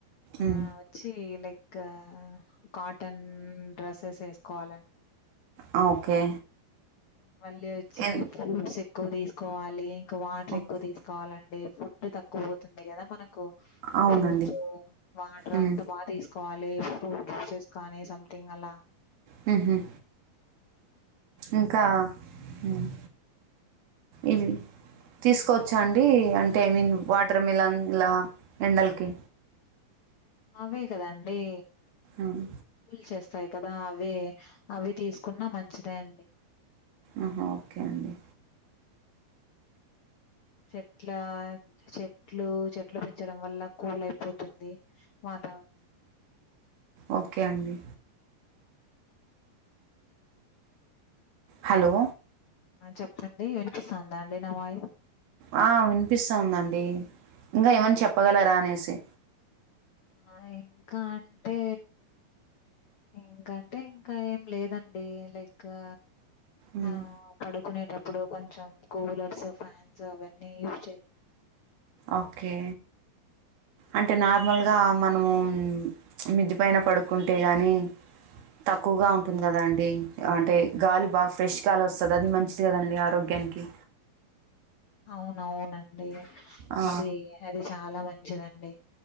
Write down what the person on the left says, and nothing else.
ఆ
వచ్చి లైక్ కా కాటన్ డ్రెస్సెస్ ఏసుకోవాలండి
అను మళ్ళీ వచ్చి
ఫ్రూట్స్ ఎక్కువ తీసుకోవాలి ఇంకా వాటర్
ఎక్కువ తీసుకోవాలండి ఫుడ్ తక్కువ పోతుంది కదా. కు
ఫ్రూట్స్ వాటర్
అంతా బాగా తీసు కోవాలి ఫ్రూట్ జ్యూసెస్ కానీ సంథింగ్ అలా
ఆ అవే కదాండి
చేస్ ఫ్రై కదా అవి అవి తీసుకున్నా మంచిదే అండి
చెట్ల చెట్లు చెట్లు పెంచడం వల్ల కూల్ అయిపోతుంది వాతావరణం
ఆ చెప్పండి వినిపిస్తుందా అండి నా వాయ్
ఆ ఇంకా అంటే ఇంకంటే ఇంకా ఏం లేదండి లైకా
ఆ పడుకునే టప్పుడు కొంచెం కూలర్స్, ఫ్యాన్స్, అవన్నీ యూజ్ చేయాలి.
అవునవునె డి
అది అది చాలా మంచిదండి